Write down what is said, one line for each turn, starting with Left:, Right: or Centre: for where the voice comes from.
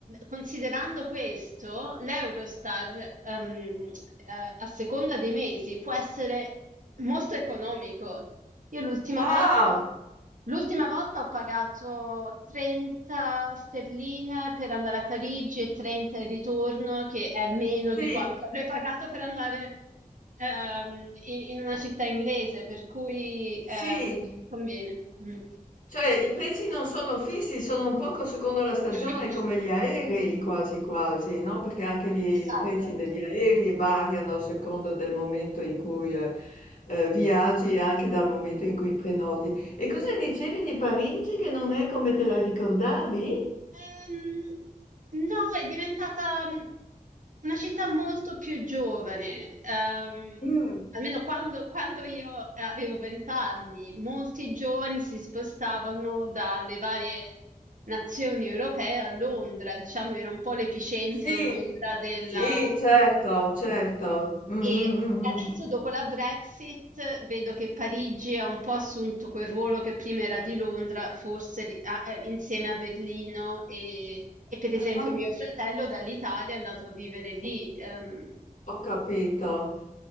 Right: considerando questo, l'Eurostar, ehm, eh, a seconda dei mesi, può essere molto economico. Io l'ultima
Left: Ah,
Right: volta, l'ultima volta ho pagato 30 sterline per andare a Parigi e 30 in ritorno, che è meno di
Left: sì,
Right: quanto <laughs> avrei pagato per andare, ehm, in, in una città inglese, per cui, ehm,
Left: sì,
Right: conviene. Mm.
Left: Cioè i prezzi non sono fissi, sono un poco secondo la stagione
Right: <coughs>
Left: come gli aerei quasi quasi, no? Perché anche lì
Right: Esatto.
Left: i prezzi degli aerei variano a secondo del momento in cui eh, eh, viaggi e anche dal momento in cui prenoti. E cosa dicevi di Parigi che non è come te la ricordavi?
Right: Ehm, no, è diventata mm, una città molto più giovane. Ehm,
Left: Mm,
Right: almeno quando, quando io avevo vent'anni, molti giovani si spostavano dalle varie nazioni europee a Londra, diciamo, era un po' l'epicentro
Left: sì,
Right: Londra della,
Left: Sì, certo, certo. Mm,
Right: e
Left: mm, mm,
Right: adesso
Left: mm. mm.
Right: dopo la Brexit vedo che Parigi ha un po' assunto quel ruolo che prima era di Londra, forse di- ah, eh, insieme a Berlino e, e per
Left: Ah.
Right: esempio mio fratello dall'Italia è andato a vivere lì. Ehm,
Left: Ho capito.